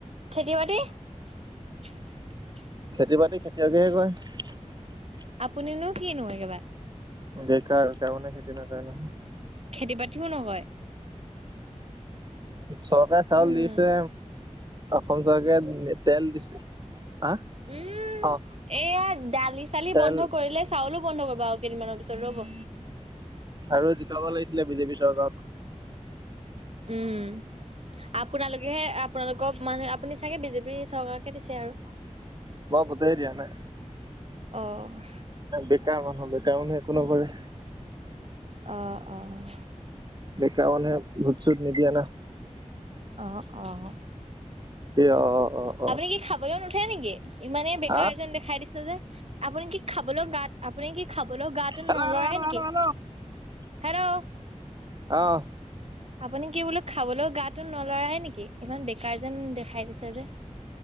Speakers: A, on the right; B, on the right.
A: খেতি-বাতি <unintelligible>
B: খেতি-বাতি খেতিয়কেহে কৰে।
A: আপুনিনো কিনো একেবাৰে?
B: বেকাৰ তেওঁ মানে খেতি নকৰে নহয়।
A: খেতি-বাতিও নকৰে।
B: চৰকাৰে চাউল
A: উম
B: দিছে। অসম চৰকাৰে তেল দিছে। হা
A: উম
B: অ
A: এয়া দালি চালি
B: তেল
A: বন্ধ কৰিলে চাউলো বন্ধ কৰিব। বাৰু কেইদমানৰ পিছত ৰ'ব
B: আৰু জিকাব লাগিছিলে বিজেপি চৰকাৰক।
A: উম। আপোনালোকেহে আপোনালোকক মানুহে আপুনি চাগে বিজেপি চৰকাৰকে দিছে আৰু।
B: মই ভোটেই দিয়া নাই।
A: অ'
B: বেকাৰ মানুহ বেকাৰ মানে একো নকৰে।
A: অ' অ'
B: ডেকা মানুহে ভোট চুত নিদিয়ে না।
A: অহ অ।
B: এ অ অ। অ অ
A: আপুনি কি খাবলৈও নুঠে নেকি ইমানেই বেকাৰ
B: হা
A: যেন দেখাই দিছে যে আপুনি কি খাবলৈও গাত আপুনি কি? বোলো গাটো
B: হেল্ল'
A: নলৰাই
B: হেল্ল' হেল্ল'
A: নেকি
B: হেল্ল' হেল্ল'
A: হেল্ল'।
B: আহ।
A: আপুনি কি বোলো খাবলৈও গাটো নলৰায়ে নেকি ইমান বেকাৰ যেন দেখাই দিছে যে।